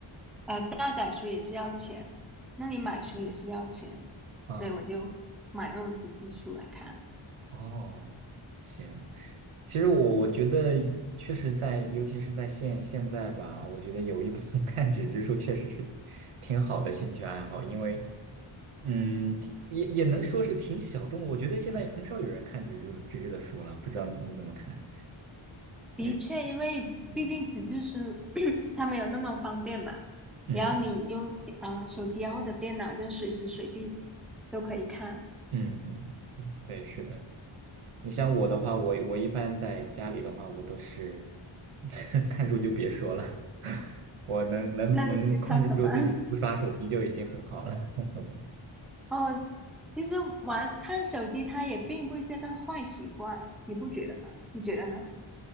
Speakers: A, in the centre; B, on the right.
A: 呃下载书也是要钱，那你买书也是要钱，
B: 嗯，
A: 所以我就买那种纸质书来看。
B: 哦，行。其实我我觉得确实在，尤其是在现现在吧，我觉得有一本 <laughs> 看纸质书确实是挺好的兴趣爱好，因为嗯，挺也也能说是挺小众。我觉得现在很少有人看纸质的纸质的书了，不知道你你怎么看？对，
A: 的确，因为毕竟纸质书
B: 嗯
A: <clears throat> 它没有那么方便嘛，
B: 嗯
A: 然后你用呃手机啊或者电脑，就随时随地都可以看。
B: 嗯嗯，对，是的。你像我的话，我我一般在家里的话，我都是 <laughs> 看书就别说了，<laughs> 我能能能控制住自己不刷手机就已经很好了。
A: 那你是看什么？
B: <laughs>
A: <laughs> 哦，其实玩看手机它也并不是个坏习惯，你不觉得吗？你觉得呢？